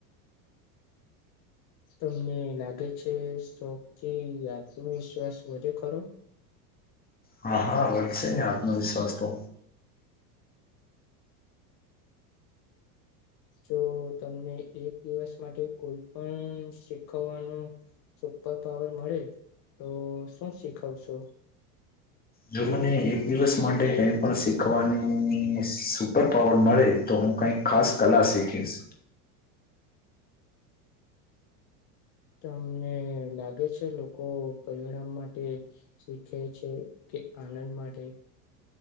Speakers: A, on the left; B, on the left.
A: તમને લાગે છે શોખથી આત્મવિશ્વાસ વધે ખરો?
B: હા હા વધશે ને આત્મવિશ્વાસ તો.
A: જો તમને એક દિવસ માટે કોઈ પણ શીખવવાનું સુપર પાવર મળે તો શું શીખવશો?
B: જો મને એક દિવસ માટે કઈ પણ શીખવાની સુપર પાવર મળે તો હું કઈક ખાસ કલા શીખીશ.
A: તમને લાગે છે લોકો પરિણામ માટે શીખે છે કે આનંદ માટે?